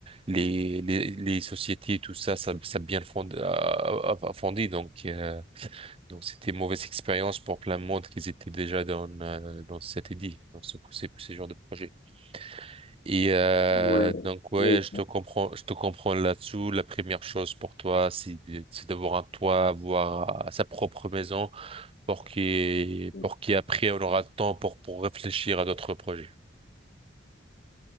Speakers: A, on the right; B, on the left.
A: les, les, les sociétés, tout ça, ça, ça a bien fond- a- a- a- a fondi. Donc, euh, donc c'était une mauvaise expérience pour plein de monde qui étaient déjà dans euh, dans cet édit, dans ce ces ce genre de projet. Et euh,
B: Ouais.
A: donc ouais,
B: oui,
A: je te comprends, je te comprends là-dessous. La première chose pour toi, c'est de- c'est d'avoir un toit, avoir euh, sa propre maison, pour qui
B: oui.
A: pour qui après on aura le temps pour pour réfléchir à d'autres projets.